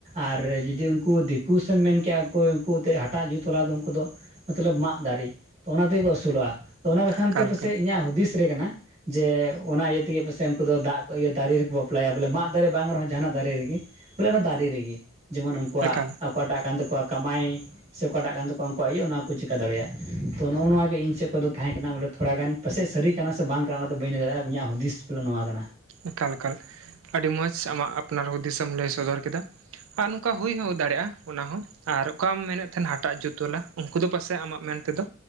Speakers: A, on the right (about 30°); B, on the right (about 70°).
A: ᱟᱨ ᱡᱩᱫᱤ ᱩᱱᱠᱩ ᱫᱤᱠᱩ ᱥᱮᱢ ᱢᱮᱱᱠᱮᱜᱼᱟ ᱠᱚ ᱩᱱᱠᱩ ᱮᱛᱮᱫ ᱦᱟᱴᱟᱜ ᱡᱩᱛ ᱵᱟᱞᱟ ᱫᱚ ᱩᱱᱠᱩ ᱫᱚ ᱢᱚᱛᱞᱚᱵᱽ ᱢᱟᱫ ᱫᱟᱨᱮ᱾ ᱛᱚ ᱚᱱᱟ ᱛᱮᱜᱮᱠᱚ ᱟᱹᱥᱩᱞᱚᱜᱼᱟ ᱚᱱᱟ ᱠᱟᱠᱷᱟᱱ
B: ᱮᱠᱟᱞ
A: ᱛᱮ ᱯᱟᱥᱮᱡ
B: ᱮᱠᱟᱞ
A: ᱤᱧᱟᱹᱜ ᱦᱩᱫᱤᱥ ᱨᱮ ᱠᱟᱱᱟ ᱡᱮ ᱚᱱᱟ ᱤᱭᱟᱹ ᱛᱮᱜᱮ ᱯᱟᱥᱮᱡ ᱩᱱᱠᱩ ᱫᱚ ᱫᱟᱜ ᱠᱚ ᱤᱭᱟᱹ ᱫᱟᱨᱮ ᱨᱮᱠᱚ ᱵᱟᱯᱞᱟᱭᱟ ᱵᱚᱞᱮ ᱢᱟᱜ ᱫᱟᱨᱮ ᱵᱟᱝ ᱨᱮᱦᱚᱸ ᱡᱟᱦᱟᱱᱟᱜ ᱫᱟᱨᱮ ᱨᱮᱜᱮ ᱵᱚᱞᱮ ᱚᱱᱟ ᱫᱟᱨᱮ ᱨᱮᱜᱮ ᱡᱮᱢᱚᱱ ᱩᱱᱠᱩᱣᱟᱜ
B: ᱮᱠᱟᱞ
A: ᱚᱠᱟᱴᱟᱜ ᱠᱟᱱ ᱛᱟᱠᱚᱣᱟ ᱠᱟᱢᱟᱭ ᱥᱮ ᱚᱠᱟᱴᱟᱜ ᱠᱟᱱ ᱛᱟᱠᱚᱣᱟ ᱩᱱᱠᱩᱣᱟᱜ ᱤᱭᱟᱹ ᱚᱱᱟ ᱠᱚ ᱪᱤᱠᱟᱹ ᱫᱟᱲᱮᱭᱟᱜᱼᱟ ᱛᱚ ᱱᱚᱜᱼᱚ ᱱᱚ ᱜᱮ ᱤᱧ ᱥᱮᱫ ᱠᱚᱫᱚ ᱛᱟᱦᱮᱸ ᱠᱟᱱᱟ ᱵᱚᱞᱮ᱾ ᱛᱷᱳᱲᱟ ᱜᱟᱱ, ᱯᱟᱥᱮᱡ ᱥᱟᱹᱨᱤ ᱠᱟᱱᱟ ᱥᱮ ᱵᱟᱝ ᱠᱟᱱᱟ ᱚᱱᱟ ᱫᱚ ᱵᱟᱹᱧ ᱞᱟᱹᱭ ᱫᱟᱲᱮᱭᱟᱜᱼᱟ᱾ ᱤᱧᱟᱹᱜ ᱦᱩᱫᱤᱥ ᱯᱟᱞᱮᱜ ᱱᱚᱣᱟ ᱠᱟᱱᱟ᱾
B: ᱮᱠᱟᱞ ᱮᱠᱟᱞ ᱟᱹᱰᱤ ᱢᱚᱡᱽ, ᱟᱢᱟᱜ ᱟᱯᱱᱟᱨ ᱦᱩᱫᱤᱥᱮᱢ ᱞᱟᱹᱭ ᱥᱚᱫᱚᱨ ᱠᱮᱫᱟ᱾ ᱟᱨ ᱱᱚᱝᱠᱟ ᱦᱩᱭ ᱦᱚᱸ ᱫᱟᱲᱮᱭᱟᱜᱼᱟ ᱚᱱᱟᱦᱚᱸ ᱟᱨ ᱚᱠᱟᱢ ᱢᱮᱱᱮᱫ ᱛᱟᱦᱮᱸᱱᱟ ᱦᱟᱴᱟᱜ ᱡᱩᱛ ᱣᱟᱞᱟ ᱩᱱᱠᱩ ᱫᱚ ᱯᱟᱥᱮᱜ ᱟᱢᱟᱜ ᱢᱮᱱ ᱛᱮᱫᱚ